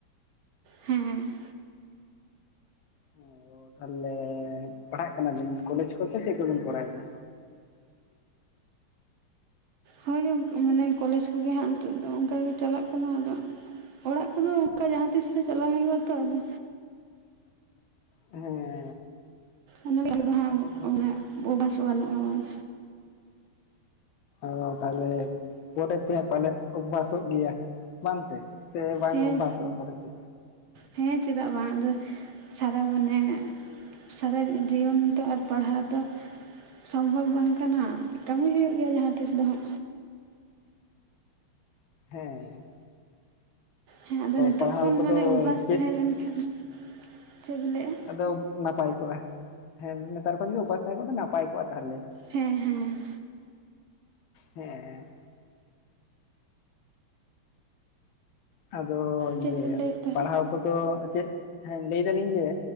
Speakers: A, on the right; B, on the left.
A: ᱦᱮᱸ
B: ᱚ ᱛᱟᱦᱚᱞᱮ ᱯᱟᱲᱦᱟᱣᱜ ᱠᱟᱱᱟ ᱵᱤᱱ ᱠᱚᱞᱮᱡ ᱠᱚ ᱥᱮ ᱪᱮᱫ ᱠᱚᱵᱤᱱ ᱠᱚᱨᱟᱣᱮᱫᱟ
A: ᱦᱚᱭ ᱜᱚᱝᱠᱮ ᱢᱟᱱᱮ ᱠᱚᱞᱮᱡ ᱠᱚᱜᱮ ᱦᱟᱸᱜ ᱱᱤᱛᱚᱜ ᱫᱚ ᱚᱱᱠᱟᱜᱮ ᱪᱟᱞᱟᱜ ᱠᱟᱱᱟ ᱟᱫᱚ ᱚᱲᱟᱜ ᱠᱚᱫᱚ ᱚᱱᱠᱟ ᱡᱟᱦᱟᱸ ᱛᱤᱥ ᱨᱮ ᱪᱟᱞᱟᱣ ᱦᱩᱭᱩᱜᱼᱟ ᱛᱚ ᱟᱫᱚ
B: ᱦᱮᱸ
A: ᱚᱱᱟ ᱜᱮ ᱟᱞᱮ ᱫᱚ ᱦᱟᱸᱜ
B: ᱟᱫᱚ
A: ᱩᱱᱟᱜ ᱵᱚᱦᱚᱜ ᱦᱟᱹᱥᱩ ᱵᱟᱹᱱᱩᱜᱼᱟ ᱢᱟᱱᱮ
B: ᱚᱻ ᱛᱟᱞᱮ ᱯᱚᱨᱮ ᱛᱮᱸ ᱯᱟᱞᱮ ᱚᱵᱷᱵᱥᱚᱜ ᱜᱮᱭᱟ ᱢᱟᱱᱛᱮ ᱥᱮ ᱵᱟᱝ
A: ᱦᱮᱸ
B: ᱵᱷᱥ ᱯᱚᱨᱮ ᱛᱮ
A: ᱦᱮᱸ ᱪᱮᱫᱟᱜ ᱵᱟᱝ ᱟᱫᱚ ᱥᱟᱨᱟ ᱢᱟᱱᱮ ᱥᱟᱨᱟ ᱡᱤᱭᱚᱱ ᱫᱚ ᱟᱨ ᱯᱟᱲᱦᱟᱣ ᱫᱚ ᱥᱚᱢᱵᱷᱚᱵ ᱵᱟᱝ ᱠᱟᱱᱟ ᱠᱟᱹᱢᱤ ᱦᱩᱭᱩᱜ ᱜᱮᱭᱟ ᱡᱟᱦᱟᱸ ᱛᱤᱥ ᱫᱚ ᱦᱟᱸᱜ
B: ᱦᱮᱸ
A: ᱦᱮᱸ ᱟᱫᱚ ᱱᱤᱛᱚᱜ
B: ᱯᱟᱲᱦᱟᱣ
A: ᱠᱷᱚᱱ
B: ᱠᱚᱫᱚ
A: ᱢᱟᱱᱮ ᱚᱵᱷᱟᱥ
B: ᱪᱮᱫ
A: ᱛᱟᱦᱮᱸ ᱞᱮᱱ ᱠᱷᱟᱱ ᱪᱮᱫᱵᱤᱱ ᱞᱟᱹᱭᱮᱫᱼᱟ
B: ᱟᱫᱚ ᱱᱟᱯᱟᱭ ᱠᱚᱜᱼᱟ ᱦᱮᱸ ᱱᱮᱛᱟᱨ ᱠᱷᱚᱱ ᱡᱩᱫᱤ ᱩᱯᱟᱹᱥ ᱛᱟᱦᱮᱸ ᱠᱚᱜᱼᱟ ᱱᱟᱯᱟᱭ ᱠᱚᱜᱼᱟ ᱛᱟᱦᱮᱞᱮ
A: ᱦᱮᱸ ᱦᱮᱸ
B: ᱦᱮᱸ ᱟᱫᱚ
A: ᱪᱮᱫ
B: ᱤᱭᱟᱹ
A: ᱵᱤᱱ ᱞᱟᱹᱭᱮᱫ ᱛᱟᱦᱮᱸᱫ
B: ᱯᱟᱲᱦᱟᱣ ᱠᱚᱫᱚ ᱪᱮᱫ ᱞᱟᱹᱭ ᱫᱟᱞᱤᱧ ᱡᱮ